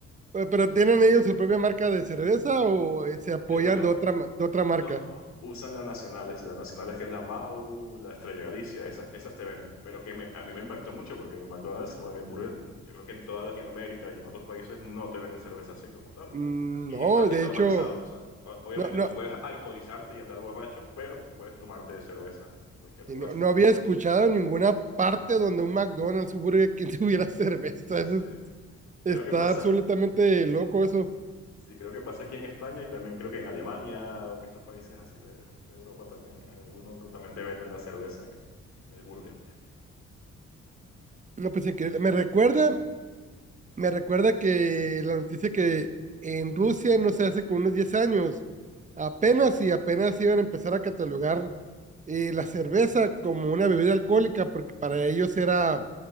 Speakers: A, on the right (about 25°); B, on the left (about 70°).
A: eh, pero ¿tienen ellos su propia marca de cerveza o eh, se apoyan
B: Sí, bueno,
A: de otra, ma- de otra marca?
B: No, usan las nacionales, las nacionales que es la MAU, la Estrella Galicia, esas, esas te venden, pero que me- a mí me impactó mucho porque en McDonald's o en el Burger, yo creo que en toda Latinoamérica y en otros países no te venden cerveza así como tal,
A: Mm,
B: pero aquí
A: No,
B: está,
A: de
B: es normalizado,
A: hecho,
B: ¿sabes? O- obviamente
A: no, no,
B: no puedes alcoholizarte y andar borracho, pero puedes tomarte cervezas en cualquier
A: y
B: lugar,
A: no,
B: <laughs>
A: no había
B: básicamente.
A: escuchado en ninguna parte donde un McDonald's, un Burger King <laughs> tuviera cerveza.
B: Sí,
A: Eso es
B: creo
A: Está
B: que pasa,
A: absolutamente loco eso.
B: sí, creo que pasa aquí en España y también creo que en Alemania o en estos países así de, de- de Europa también, en algún otro también te venden la cerveza en el, en el burger.
A: No, pues increíble. Me recuerda, me recuerda que la noticia que en Rusia, no sé, hace como unos 10 años, apenas y apenas iban a empezar a catalogar eh, la cerveza como una bebida alcohólica, porque para ellos era